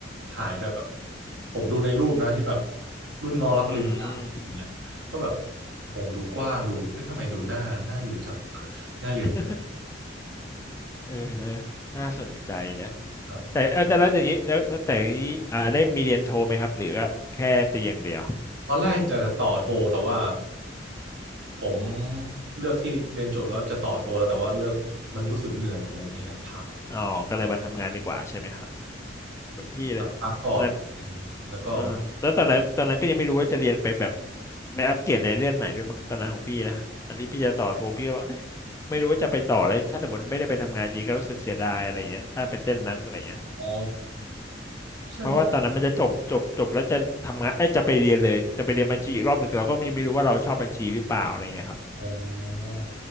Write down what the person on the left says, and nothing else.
อืม
<laughs> เออนะน่าสนใจนะ
แต่เออแต่แล้วอย่างนี้แล้วแล้วแต่อย่างนี้อ่าได้มีเรียนโทไหมครับหรือก็แค่ตีอย่างเดียว
อ๋อก็เลยมาทำงานดีกว่าใช่ไหมครับ เหมือนพี่เลยตอนนั้น
เออแล้วตอนนั้นตอนนั้นก็ยังไม่รู้ว่าจะเรียนไปแบบไปอัปเกรดในเรื่องไหนด้วยมั้งตอนนั้นของพี่นะอันนี้พี่จะต่อโทพี่ก็ว่าเอ๊ะไม่รู้ว่าจะไปต่อแล้วถ้าสมมติไม่ได้ไปทำงานจริงก็รู้สึกเสียดายอะไรเงี้ยถ้าไปเส้นนั้นอะไรเงี้ย
เพราะว่าตอนนั้นมันจะจบจบจบแล้วจะทำงานเอ้ยจะไปเรียนเลยจะไปเรียนบัญชีอีกรอบหนึ่งเราก็ยังไม่รู้ว่าเราชอบบัญชีหรือเปล่าอะไรเงี้ยครับ